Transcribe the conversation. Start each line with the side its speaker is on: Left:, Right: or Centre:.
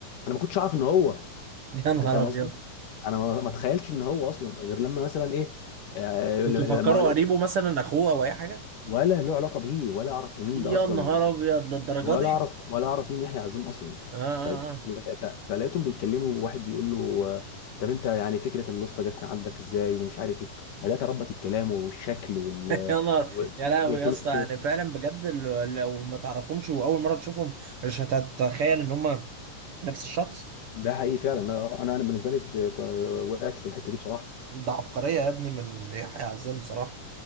Left: انا ما كنتش اعرف ان هو
Right: <laughs> يا نهار
Left: انت فاهم قصدي
Right: أبيض
Left: انا ما ما اتخيلش ان هو اصلا غير لما مثلا ايه آه،
Right: كنت
Left: لما
Right: مفكره قريبه مثلا أخوه أو أي حاجة
Left: ولا له علاقه بيه ولا اعرف مين
Right: يا
Left: ده اصلا
Right: نهار أبيض للدرجة
Left: ولا
Right: دي
Left: اعرف ولا اعرف مين يحيى عزام اصلا
Right: آه آه
Left: ف...
Right: آه.
Left: ف... فلقيتهم بيتكلموا وواحد بيقول له آه، طب انت يعني فكره اللوسته جت عندك ازاي ومش عارف ايه بدات اربط الكلام والشكل وال
Right: <laughs> يا نهار
Left: و-
Right: يا لهوي
Left: وتون
Right: يا اسطى
Left: الصوت
Right: يعني فعلا بجد لو لو ما تعرفهمش وأول مرة تشوفهم مش هتتخيل إن هما نفس الشخص
Left: ده حقيقي فعلا انا انا أنا بالنسبه لي آه، وقعت في الحته دي بصراحه
Right: ده عبقرية يا ابني من يحيى عزام بصراحة